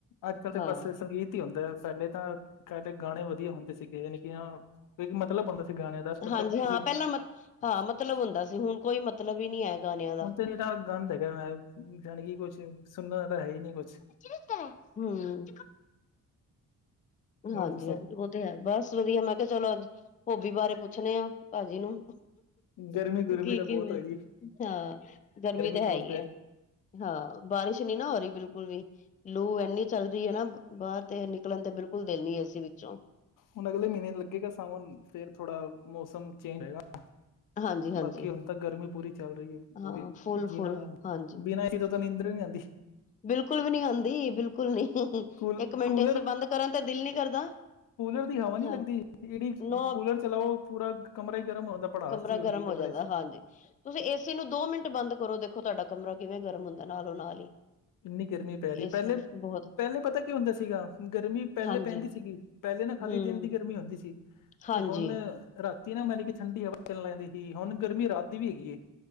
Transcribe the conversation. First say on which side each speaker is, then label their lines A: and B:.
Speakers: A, on the left (about 75°); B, on the left (about 25°).
A: ਅੱਜ ਕੱਲ ਤੇ
B: ਹਾਂ,
A: ਬੱਸ ਸੰਗੀਤ ਹੁੰਦਾ ਪਹਿਲੇ ਤਾਂ ਕਦੇ ਗਾਣੇ ਵਧੀਆ ਹੁੰਦੇ ਸੀਗੇ ਯਾਨ ਕਿ ਕਿਉਂਕਿ ਮਤਲਬ ਹੁੰਦਾ। ਗਾਣਿਆਂ ਦਾ ਅੱਜ ਕੱਲ
B: ਹਾਂਜੀ
A: <unintelligible>
B: ਹਾਂ ਪਹਿਲਾਂ ਮ ਹਾਂ ਮਤਲਬ ਹੁੰਦਾ ਸੀ ਹੁਣ ਕੋਈ ਮਤਲਬ ਹੀ ਨਹੀਂ ਹੈ ਗਾਣਿਆਂ ਦਾ
A: ਹੁਣ ਤੇ ਨਰਾ ਗੰਦਾ ਹੈਗਾ ਹੈ। ਨੀਂਦ ਚੜ ਗਈ ਕੁਛ ਸੁਣਨਾ ਤਾਂ ਹੈ ਹੀ ਨੀ ਕੁਛ
B: <unintelligible> ਹੂ,,,
A: ਹੋਰ
B: ਹਾਂਜੀ
A: ਦੱਸੋ
B: ਹਾਂਜੀ ਉਹ ਤੇ ਹੈ ਬਸ ਵਧੀਆ ਮੈਂ ਕਿਹਾ ਚਲੋ ਅੱਜ ਹੋਬੀ ਬਾਰੇ ਪੁੱਛਣੇ ਆ ਭਾਜੀ ਨੂੰ
A: ਗਰਮੀ ਗੁਰਮੀ
B: ਦੀ
A: ਤਾਂ ਬਹੁਤ
B: ਕੀਵੇ?
A: ਹੋਈ
B: ਹਾਂ ਗਰਮੀ ਤਾਂ
A: ਬਹੁਤ
B: ਹੈ ਹੀਆ।
A: ਪੈ ਰਹੀ।
B: ਹਾਂ, ਬਾਰਿਸ਼ ਨੀ ਨਾ ਹੋ ਰਹੀ ਬਿਲਕੁਲ ਵੀ ਲੂ ਇੰਨੀ ਚੱਲ ਰਹੀ ਹੈ ਨਾ ਬਾਹਰ। ਤੇ ਨਿਕਲਣ ਤੇ ਬਿਲਕੁਲ ਦਿਲ ਨੀ ਅਸੀ ਵਿੱਚੋਂ
A: ਹੁਣ ਅਗਲੇ ਮਹੀਨੇ ਲੱਗੇਗਾ ਸਾਵਨ, ਫੇਰ ਥੋੜਾ ਮੌਸਮ ਚੇਂਜ ਹੋਗਾ।
B: ਹਾਂਜੀ-ਹਾਂਜੀ
A: ਬਾਕੀ ਹੁਣ ਤੱਕ ਗਰਮੀ ਪੂਰੀ ਚੱਲ ਰਹੀ ਹੈ
B: ਹਾਂ
A: ਪੂਰੀ
B: ਫੁੱਲ-ਫੁੱਲ
A: ਜੀਨਾ ਹਰਾਮ
B: ਹਾਂਜੀ।
A: ਬਿਨਾਂ ਏਸੀ ਤੋਂ ਤਾਂ ਨੀਂਦਰ ਨੀ ਆਦੀ।
B: ਬਿਲਕੁਲ ਵੀ ਨੀ ਆਉਂਦੀ ਬਿਲਕੁਲ ਨੀ
A: ਕੂਲ
B: ਇੱਕ ਮਿੰਟ
A: ਕੂਲਰ
B: ਅਸੀਂ ਬੰਦ ਕਰਨ ਤੇ ਦਿਲ ਨੀ ਕਰਦਾ।
A: ਕੂਲਰ ਦੀ ਹਵਾ ਨੀ
B: ਹਾਂ
A: ਲੱਗਦੀ ਜਿਹੜੀ
B: ਨੋ
A: ਕੂਲਰ ਚਲਾਓ ਪੂਰਾ ਕਮਰਾ ਹੀ ਗਰਮ ਹੁੰਦਾ। ਭੜਾਸ
B: ਕਮਰਾ
A: ਜੀ ਹੁੰਦੀ
B: ਗਰਮ
A: ਕਮਰੇ
B: ਹੋ ਜਾਂਦਾ
A: 'ਚ
B: ਹਾਂਜੀ। ਤੁਸੀਂ ਏਸੀ ਨੂੰ ਦੋ ਮਿੰਟ ਬੰਦ ਕਰੋ ਦੇਖੋ ਤੁਹਾਡਾ ਕਮਰਾ ਕਿਵੇਂ ਗਰਮ ਹੁੰਦਾ ਨਾਲੋਂ ਨਾਲ ਹੀ।
A: ਇੰਨੀ ਗਰਮੀ ਪੈ ਰਹੀ
B: ਇਸ
A: ਪਹਿਲੇ
B: ਬਹੁਤ
A: ਪਹਿਲੇ ਪਤਾ ਕੀ ਹੁੰਦਾ ਸੀਗਾ ਗਰਮੀ ਪਹਿਲੇ
B: ਹਾਂਜੀ
A: ਪੈਂਦੀ ਸੀਗੀ, ਪਹਿਲੇ ਨਾ ਖਾਲੀ
B: ਹਮ
A: ਦਿਨ ਦੀ ਗਰਮੀ ਹੁੰਦੀ ਸੀ।
B: ਹਾਂਜੀ
A: ਤੇ ਹੁਣ ਰਾਤੀ ਨਾ ਮਾਣੀ ਕਿ ਠੰਡੀ ਹਵਾ ਚਣ ਲੈਂਗਦੀ ਸੀ ਹੁਣ ਗਰਮੀ ਰਾਤ ਦੀ ਵੀ ਹੈਗੀ ਏ।